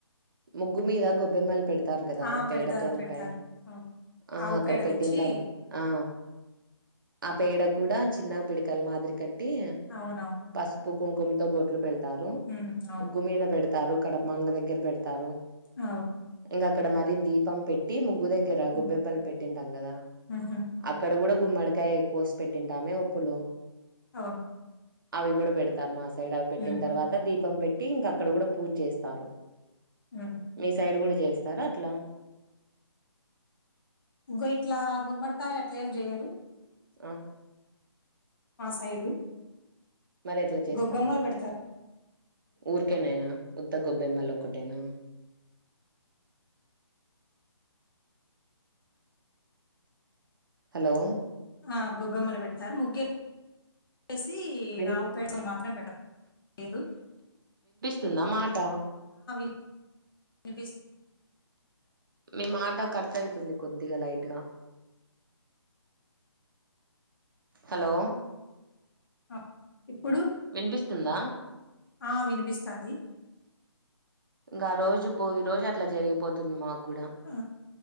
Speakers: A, on the right (about 45°); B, on the left (about 50°).
A: ముగ్గు మీద గొబ్బెమ్మలు పెడతారు కదా
B: ఆ!
A: పేడతో
B: పెడతారు.
A: ఉంటాయి
B: పెడతారు. అవును.
A: ఆ
B: ఆవు
A: అక్కడ
B: పేడ
A: పెట్టిన
B: తెచ్చి
A: తర్వా ఆ ఆ పేడ కూడా చిన్న పిడికల మాదిరి కట్టి
B: అవునవును.
A: పసుపు కుంకుమ తో బొట్లు పెడుత తారు
B: హ్మ్. అవును.
A: ఉగ్గు మీద పెడతారు కడపమాన్ల దగ్గర పెడతారు
B: ఆ
A: ఇంకా అక్కడ మరీ దీపం పెట్టి ముగ్గు దగ్గర
B: హ్మ్.
A: గొబ్బెబ్బలు పెట్టింటాం కదా
B: హుహు.
A: అక్కడ కూడా గుమ్మడికాయ కోసి పెట్టింటామే వొప్పులు
B: అవునా
A: అవి కూడా పెడతారు మా సైడ్ అవి పెట్టిన
B: హుహు.
A: తర్వాత దీపం పెట్టి ఇంక అక్కడ కూడా పూజ చేస్తారు
B: ఉమ్
A: మీ సైడ్ కూడా చేస్తారా అట్లా
B: ఇగ్గో ఇట్లా గుమ్మడికాయ అట్లా ఏం చెయ్యరు
A: ఆ
B: సైడు.
A: మరి ఎట్ల చేస్తారు
B: గొబ్బెమ్మలు పెడతారు.
A: ఊర్కనేనా ఉతగ్ గొబ్బెమ్మలు ఒకటేనా హలో
B: ఆ గొబ్బెమ్మలు పెడతారు ముగ్గు ఏ సి
A: విన్
B: ఆవుపేడని మాత్రం పెట్టరు పేరు
A: తున్న మాట
B: <unintelligible>
A: మీ మాట కట్ అయితుంది కొద్దిగా లైట్ గా హలో
B: ఆ! ఇప్పుడు
A: వినిపిస్తుందా
B: ఆ వినిపిస్తాంది
A: ఇంకా ఆ రోజు భోగి రోజు అట్లా జరిగిపోతుంది మాకు కూడా
B: ఆ